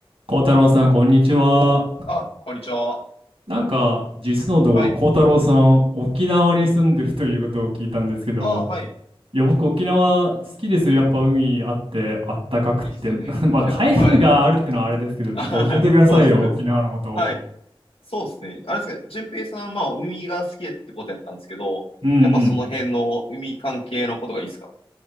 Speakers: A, on the right; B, on the left.
A: 孝太郎さん、こんにちは。
B: あ、こんにちは。
A: なんか、実のところ、
B: はい。
A: 孝太郎さん、沖縄に住んでるということを聞いたんですけど、
B: あ、はい。
A: いや、僕、沖縄好きですよ。やっぱ海あって、あったかくって。
B: いいですよね。
A: <laughs>
B: 沖縄。
A: まあ、台風があるってのはあれですけど、
B: はい。
A: ちょっと教えてくださいよ、
B: <laughs> あそうです、そうです。
A: 沖縄のこと。
B: はい。そうですね。あれですか、淳平さんは、まあ、海が好きってことやったんですけど、
A: うんうん。
B: やっぱその辺の海関係のことがいいですか